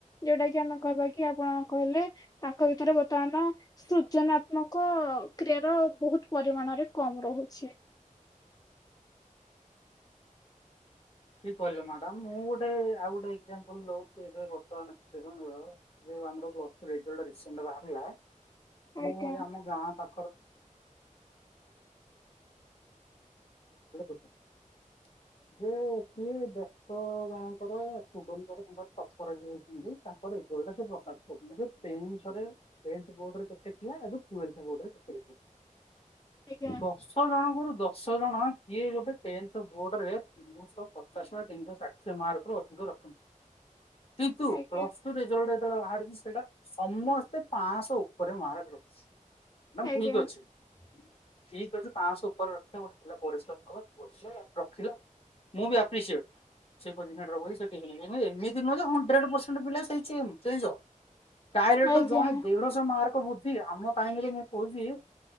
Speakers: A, on the left (about 30°); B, on the left (about 45°).
A: ଯୋଉଟା କି ଆମେ କହିବା କି ଆପଣ କହିଲେ ତାଙ୍କ ଭିତରେ ବର୍ତ୍ତମାନ ସୃଜନାତ୍ମକ କ୍ରିୟାର ବହୁତ ପରିମାଣରେ କମ୍ ରହୁଛି।
B: କି କହିଲେ ମ୍ୟାଡାମ୍ ମୁଁ ଗୋଟେ ଆଉ ଗୋଟେ ଏକ୍ସାମ୍ପୁଲ୍ ଦୌଚୀ ଏବେ ବର୍ତ୍ତମାନ ଦେଖନ୍ତୁ। ଯୋଉ ଆମର ପ୍ଲସ୍ ଥ୍ରୀ ରେଜଲ୍ଟ ରିସେଣ୍ଟ ବାହାରିଲା
A: ଆଜ୍ଞା
B: ମୁଁ ଆମ ଗାଁ ପା। <unintelligible>
A: <inaudible>
B: <unintelligible> ସିଏ ଦଶ ଜଣଙ୍କର ଷ୍ଟୁଡେଣ୍ଟଙ୍କ ତାଙ୍କର ଟପର ହୋଇଛନ୍ତି, ତା। <unintelligible> ସେଇ ଅନୁସାରେ ଟେନ୍ଥ ବୋର୍ଡ ରେ କେତେ ଥିଲା, ଆଜି ଟୁଏଲ୍ଥ ବୋର୍ଡ ରେ କେତେ
A: ଆଜ୍ଞା
B: <unintelligible> ଦଶ ଜଣଙ୍କରୁୁ ଦଶ ଜଣ କିଏ ଗୋଟେ ଟେନ୍ଥେ ବୋର୍ଡରେ ପଚାଶହ ତିନିଶହ ଷାଠିଏ ମାର୍କ ର ଅଧିକ ରଖନ୍ତି କିନ୍ତୁ
A: ଆଜ୍ଞା
B: ପ୍ଲସ ରେଜଲ୍ଟ ଯେତେବେଳେ ବାହାରିଛି ସେଇଟା ସମସ୍ତେ ପାଆଁଶ ଉପରେ ମାର୍କ ରଖିଚି। <unintelligible>
A: ଆଜ୍ଞା
B: ଠିକ୍ ଅଛି। ଠିକ୍ ଅଛି ପାଆଁଶ ଉପରେ ରଖିଲ ଗୋଟେ ଥିଲା ପରିଶ୍ରମ କଲା ପଢିଲା ରଖିଲା। ମୁଁ ବି ଆପି ସିଏଡ। <unintelligible> ଏମିତି ନୁହେଁ ଯେ ହନ୍ଡ୍ରେଡ୍ ପରଷେନ୍ଟ ପିଲା ସେଇ ଚେ <unintelligible> ଡାଇରେକ୍ଟ
A: ଆଜ୍ଞା
B: ଜଣେ ଦେଢଶହ ମାର୍କ ବ୍ରୃଦ୍ଧି ଆମ ଟାଇମ ରେ ମୁଁ କହୁଛି